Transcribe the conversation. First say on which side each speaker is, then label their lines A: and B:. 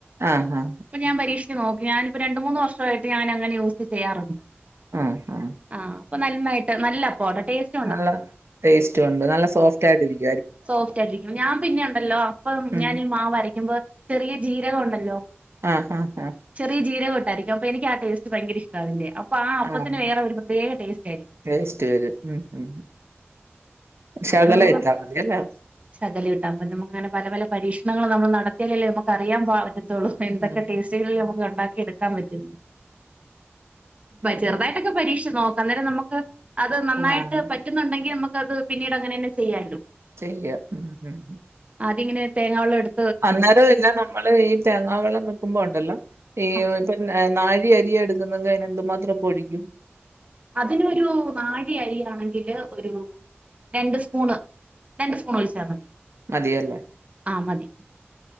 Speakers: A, on the right; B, on the right.
A: ആ ആ
B: ഇപ്പ ഞാൻ പരീക്ഷിച്ച് നോക്കി ഞാനിപ്പോ രണ്ട് മൂന്ന് വർഷമായിട്ട്. ഞാൻ അങ്ങനെ, യൂസ് ചെയ്യാറുണ്ട്.
A: ആ ആ ആ
B: ആഹ് അപ്പൊ നന്നായിട്ട് നല്ല അപ്പാണ് ടേസ്റ്റ്
A: നല്ല ടേസ്റ്റുണ്ട്. നല്ല സോഫ്റ്റായിട്ടിരിക്കും.
B: സോഫ്റ്റായിട്ടിരിക്കും ഞാൻ പിന്നെ ഒണ്ടല്ലോ. അപ്പം
A: ഉം
B: ഞാനീ മാവ് അരയ്ക്കുമ്പോ, ചെറിയ ജീരകം ഉണ്ടല്ലോ.
A: ആഹ് ഹ ഹ.
B: ചെറിയ ജീരകണ്ടായിരിക്കും അപ്പൊ എനിക്ക് ആ ടേസ്റ്റ് ഭയങ്ക ഇഷ്ടാ അതിന്റെ അപ്പൊ ആ അപ്പത്തിന്
A: ആഹ്
B: വേറെ ഒരു പ്രത്യേക ടേസ്റ്റ് ആരിക്കും.
A: ടേസ്റ്റ് വെരും ഉം ശകല
B: അങ്ങനെ നമുക്ക്
A: ഇട്ട മതി അല്ലെ?
B: ശകലം ഇട്ട മതി അപ്പൊ ഞങ്ങക്ക് അങ്ങനെ പല പല പരീക്ഷണങ്ങളും നമ്മൾ നടത്ത ണ്ടാക്കിയാലല്ലേ നമുക്ക് അറിയാ പറ്റത്തുള്ളൂ
A: ഉം
B: എന്തൊക്കെ ടേസ്റ്റുകളിൽ നമുക്ക് ഉണ്ടാക്കി എടുക്കാൻ പറ്റും ന്ന്. അതെ
A: ഉം
B: ചെറുതായിട്ടൊക്കെ പരീക്ഷിച്ച് നോക്കാം. അന്നേരം നമുക്ക് അത് നന്നായിട്ട്
A: ആഹ്
B: പറ്റ് പറ്റുന്നുണ്ടെങ്കി നമുക്കത് പിന്നീട് അങ്ങനെന്നെ ചെയ്യാലോ.
A: ചെയ്യ ഉം ഉം.
B: അതിങ്ങനെ തേങ്ങാ വെള്ളം എട്
A: അന്നേരം ഇല്ല നമ്മള് ഈ തേങ്ങാ വെള്ളം വെക്കുമ്പോ ഉണ്ടല്ലോ ഈ
B: ആഹ്
A: ഇപ്പൊ നാഴി അരിയ എടുക്കുന്നെങ്കി അതിന് എന്തു മാത്രം ഇപ്പൊ ഒഴിക്കും?
B: അതിനൊരു നാഴി അരിയാണെങ്കില് ഒരു രണ്ട് സ്പൂണ് രണ്ട് സ്പൂണ് ഒഴിച്ച മതി.
A: മതിയല്ലെ?
B: ആഹ് മതി